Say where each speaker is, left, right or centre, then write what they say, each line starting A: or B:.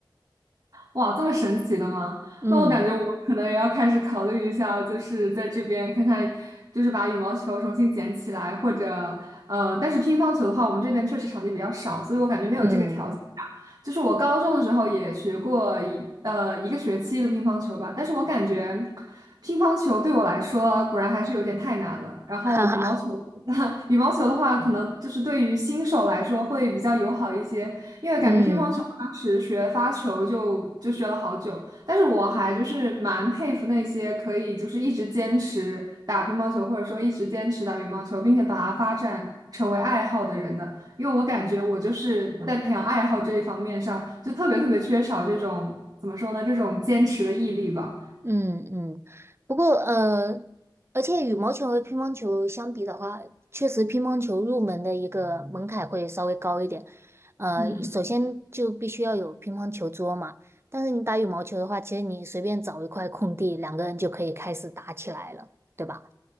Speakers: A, on the right; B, on the right.
A: 哇，这么神奇的吗？
B: 嗯
A: 那我感觉我可能也要开始考虑一下，就是在这边看看，就是把羽毛球重新捡起来，或者呃，但是乒乓球的话，我们这边确实场地比较少，所以我感觉没有这个条件打就是我高中的时候也学过一呃一个学期的乒乓球吧，
B: 嗯，
A: 但是我感觉乒乓球对我来说啊果然还是有点太难了。然后羽毛球，
B: 哈哈，
A: <laughs> 羽毛球的话，可能就是对于新手来说会比较友好一些。因为感觉乒乓球，
B: 嗯。
A: 我当时学发球就就学了好久，但是我还就是蛮佩服那些可以就是一直坚持打乒乓球，或者说一直坚持打羽毛球，并且把它发展成为爱好的人的。因为我感觉我就是在培养爱好这一方面上，就特别特别缺少这种怎么说呢，这种坚持的毅力吧。
B: 嗯嗯，不过呃，而且羽毛球和乒乓球相比的话，确实乒乓球入门的一个门槛会稍微高一点。呃，
A: 嗯，
B: 首先就必须要有乒乓球桌嘛，但是你打羽毛球的话，其实你随便找一块空地，两个人就可以开始打起来了，对吧？